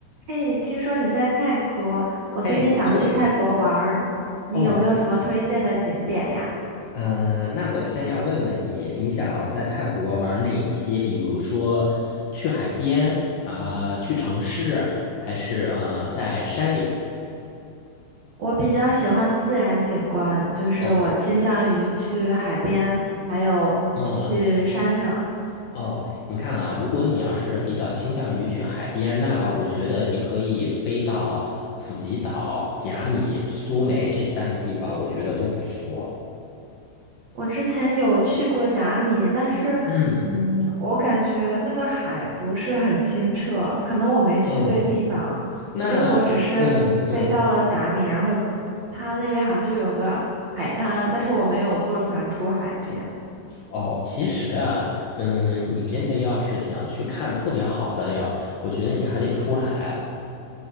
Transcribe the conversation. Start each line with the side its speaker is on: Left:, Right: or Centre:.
Right: 哎，听说你在泰国，我最近想去泰国玩儿，
Left: 哎，对
Right: 你有没有什么推荐的景点呀？
Left: 哦，嗯、那我先要问问你，你想在泰国玩哪一些？比如说去海边啊、去城市，还是呃在山里？
Right: 我比较喜欢自然景观，就是我倾向于去海边，
Left: 哦，
Right: 还有去山上。
Left: 嗯，哦，你看啊，如果你要是比较倾向于去海边，那我觉得你可以飞到普吉岛、甲米、苏梅这三个地方，我觉得都不错。
Right: 我之前有去过甲米，但是，
Left: 嗯
Right: 嗯，我感觉那个海不是很清澈，可能我没去对地方，
Left: 嗯，那嗯嗯。
Right: 因为我只是飞到了甲米，然后它那边好像就有个海滩，但是我没有坐船出海这样。
Left: 哦，其实啊，嗯，你真的要是想去看特别好的呀，我觉得你还得出海。